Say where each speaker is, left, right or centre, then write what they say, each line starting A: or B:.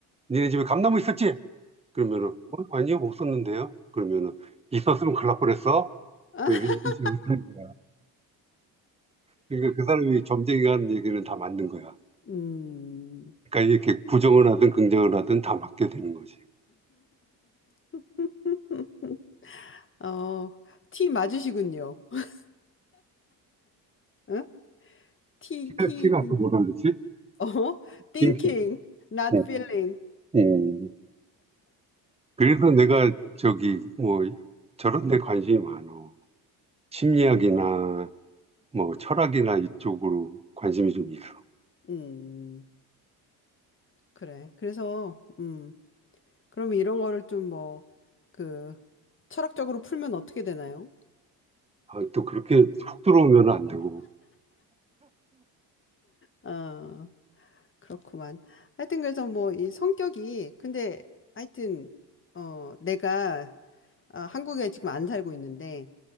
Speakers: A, on the right; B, on the left.
A: 니네 집에 감나무 있었지? 그러면은 어, 아니요 없었는데요. 그러면은 있었으면 큰일 날 뻔했어.
B: <laughs>
A: 뭐 이런 식으로 쓰는 거야. 그러니까 그 사람이 점쟁이가 하는 얘기는 다 맞는 거야.
B: 음.
A: 그러니까 이렇게 부정을 하든 긍정을 하든 다 맞게 되는 거지.
B: <laughs> 어, 티 맞으시군요. <laughs> 응? 티,
A: 티가,
B: 티,
A: 티가
B: <laughs>
A: 또 뭐라 그랬지?
B: 어, thinking,
A: 띵킹.
B: not
A: 음,
B: feeling.
A: 음. 그래서 내가 저기 뭐 저런 데 관심이 많어. 심리학이나 뭐 철학이나 이쪽으로 관심이 좀 있어.
B: 음, 그래. 그래서, 음, 그러면 이런 거를 좀 뭐, 그, 철학적으로 풀면 어떻게 되나요?
A: 아, 또 그렇게 훅 들어오면 안 되고.
B: 어, 그렇구만. 하여튼 그래서 뭐 이 성격이 근데 하여튼 어 내가 어, 한국에 지금 안 살고 있는데